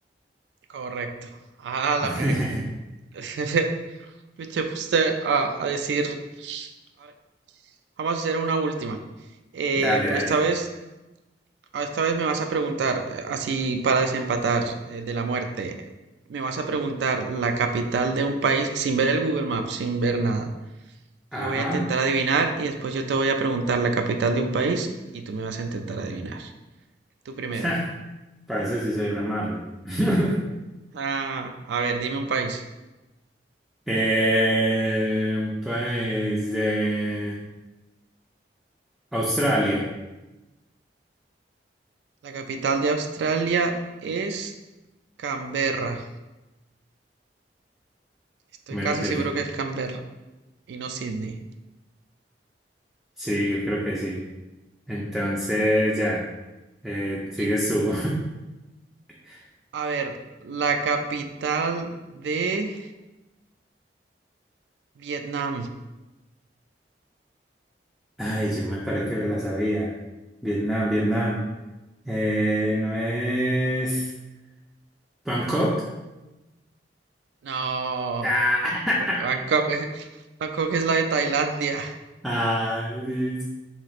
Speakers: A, on the right (about 70°); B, in the centre.
A: Correcto. Ah, la
B: <laughs>
A: primera. <laughs> Pues Te puse a, a decir. A ver, vamos a hacer una última. Eh,
B: Dale,
A: pero
B: dale.
A: esta vez, a- esta vez me vas a preguntar, eh, así para desempatar eh, de la muerte, me vas a preguntar la capital de un país sin ver el Google Maps, sin ver nada.
B: Ajá.
A: Y voy a intentar
B: <laughs>
A: adivinar y después yo te voy a preguntar la capital de un país y tú me vas a intentar adivinar. Tú primero.
B: Ja, Para eso sí soy re malo. <laughs>
A: Ah, a ver, dime un país.
B: Eh, un país de Australia.
A: La capital de Australia es Canberra. Estoy
B: Bueno,
A: casi
B: pues
A: seguro
B: ya.
A: que es Canberra y no Sydney.
B: Sí, yo creo que sí. Entonces, ya. Eh, sigues
A: Y
B: tú. <laughs>
A: a ver, la capital de Vietnam.
B: Ay, yo me parece que me la sabía. Vietnam, Vietnam. Eh, ¿no es Bangkok?
A: No,
B: Ah, <laughs>
A: Ba- Bangkok, es- Bangkok es la de Tailandia.
B: ah, sí, sí.